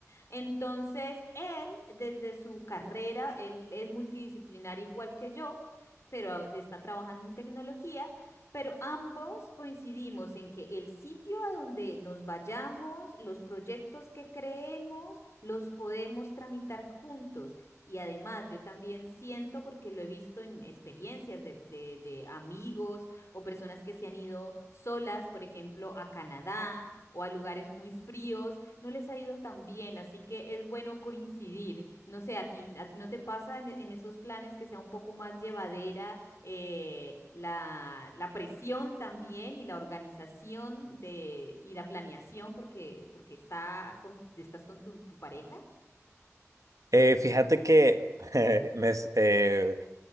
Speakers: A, on the left; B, on the right.
A: Entonces, él, desde su carrera, él es multidisciplinar igual que yo, pero está trabajando en tecnología. Pero ambos coincidimos en que el sitio a donde nos vayamos, los proyectos que creemos, los podemos tramitar juntos. Y además, yo también siento, porque lo he visto en experiencias de, de- de amigos o personas que se han ido solas, por ejemplo, a Canadá o a lugares muy fríos, no les ha ido tan bien, así que es bueno coincidir. No sé, a ti, a ti no te pasa en en esos planes que sea un poco más llevadera eh, la, la presión también y la organización de, y la planeación porque, porque está con, estás con tu, tu pareja.
B: Eh, fíjate que <laughs> me s- eh,